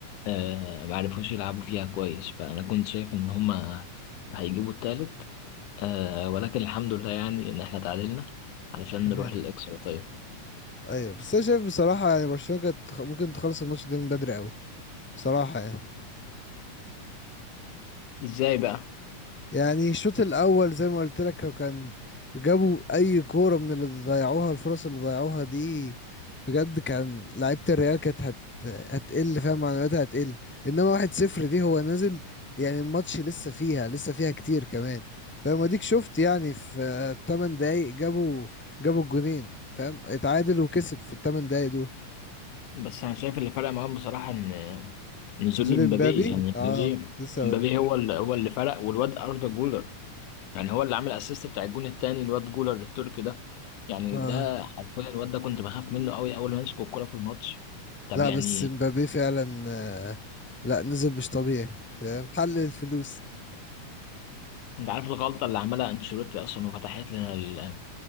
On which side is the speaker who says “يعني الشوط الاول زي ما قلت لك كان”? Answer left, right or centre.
Centre